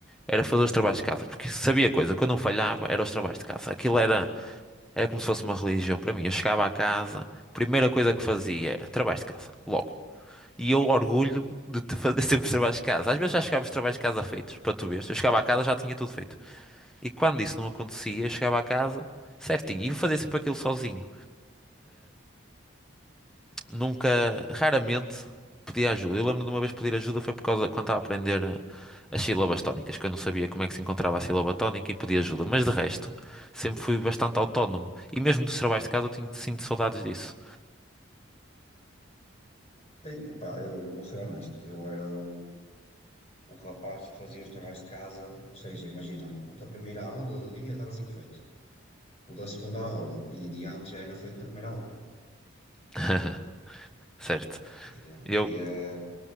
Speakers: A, in the centre; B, on the left.
A: era fazer os trabalhos de casa, porque sabia coisa, quando eu não falhava era os trabalhos de casa. Aquilo era, era como se fosse uma religião para mim. Eu chegava à casa, a primeira coisa que fazia era trabalhos de casa, logo. E eu orgulho de te fazer <laughs> sempre os trabalhos de casa. Às vezes já chegava os trabalhos de casa feitos, para tu veres. Eu chegava à casa já tinha tudo feito. E quando isso não acontecia, eu chegava à casa certinho e fazia sempre aquilo sozinho nunca, raramente pedi ajuda. Eu lembro de uma vez pedir ajuda foi por causa quando estava a aprender eh, as sílabas tónicas, que eu não sabia como é que se encontrava a sílaba tónica e pedi ajuda. Mas de resto, sempre fui bastante autónomo. E mesmo dos trabalhos de casa eu tinha, sinto saudades disso.
B: Sim, pá, eu vou ser honesto, eu era o, o rapaz que fazia os trabalhos de casa, ou seja, imagina, o da primeira aula do dia estava sempre feito, o da segunda aula, e em diante já era feito na primeira aula.
A: <laughs> Certo.
B: Então, e, eh,
A: Eu,
B: e, eh,